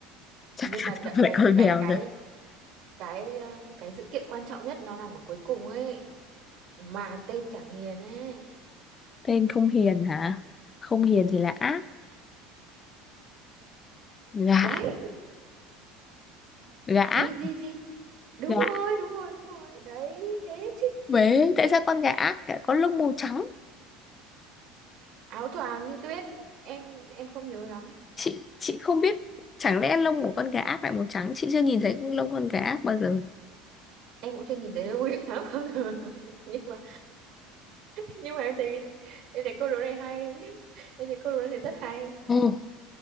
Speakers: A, on the left (about 25°); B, on the right (about 55°).
A: <laughs> chắc
B: nhưng
A: chắn
B: mà đợi-
A: không
B: cái
A: phải con
B: cái
A: mèo
B: cái
A: rồi.
B: cái um, cái sự kiện quan trọng nhất nó nằm ở cuối cùng ấy mà tên chẳng hiền ấy
A: Tên không hiền hả? Không hiền thì là ác. Gã,
B: đấy
A: gã,
B: gì gì gì đúng
A: gã.
B: rồi đúng rồi đúng rồi đấy thế chứ
A: Bế, tại sao con gã ác lại có lông màu trắng?
B: áo choàng như tuyết em em không nhớ lắm
A: Chị chị không biết, chẳng lẽ lông của con gã ác lại màu trắng? Chị chưa nhìn thấy lông con gã ác bao giờ.
B: em cũng chưa nhìn thấy đâu Nguyên tháng bao giờ <laughs> nhưng mà nhưng mà em thấy em thấy câu đố này hay em thấy câu đố này rất hay
A: Ồ, <laughs>